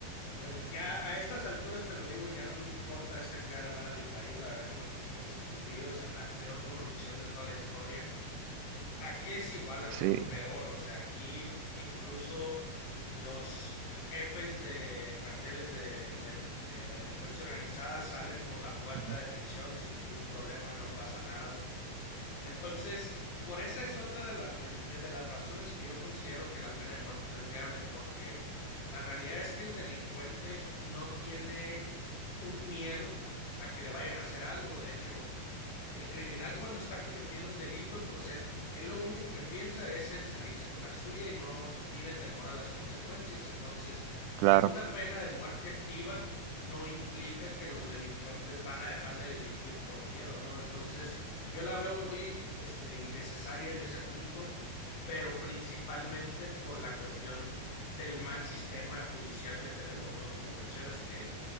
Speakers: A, on the left; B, on the right.
A: Bueno, Ya a estas alturas te lo digo, ya no me importa hacer quedar mal a mi país. La verdad que nosotros estamos hundidos en la peor corrupción de toda la historia. Aquí es igual, hermano,
B: Sí,
A: peor. O sea, aquí incluso los jefes de carteles de, del- de la delincuencia organizada salen por la puerta
B: ujú,
A: de prisión sin ningún problema, no pasa nada. Entonces, por esa es otra de las, me- eh, de las razones que yo considero que la pena de muerte no es viable, porque la realidad es que el delincuente no tiene un miedo a que le vayan a hacer algo. De hecho, el criminal cuando está cometiendo el delito, pues él, él lo único que piensa es en salirse con la suya y no tiene temor a las consecuencias. Entonces,
B: claro,
A: una pena de muerte activa no implica que los delincuentes van a dejar de delinquir por miedo, ¿no? Entonces, yo la veo muy, este, innecesaria en ese punto, pero principalmente por la cuestión del mal sistema judicial que tenemos, ¿no? Como mencionas que